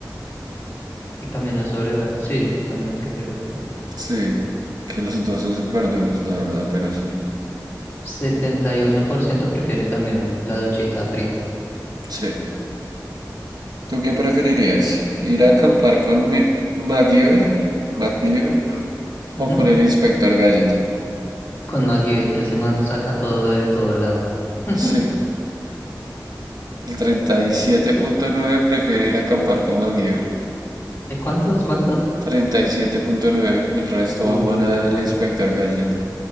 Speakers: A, on the left; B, on the right.
A: Y caminar sobre... bra- Sí, yo también prefiero el baño.
B: Sí, que los dos son súper duros, la verdad, pero sí.
A: 71% prefiere también la duchita fría.
B: Sí. ¿Tú qué preferirías? ¿Ir a acampar con mi MacGyver? MacGyver
A: Ujú.
B: o con el inspector Gadget?
A: Con MacGyver, ese man saca todo de todo lado. <laughs>
B: Sí. El 37.9 prefiere ir a acampar con MacGyver.
A: ¿Y cuántos? ¿Cuántos?
B: 37.9. El resto
A: Uy,
B: aman al inspector Gadget.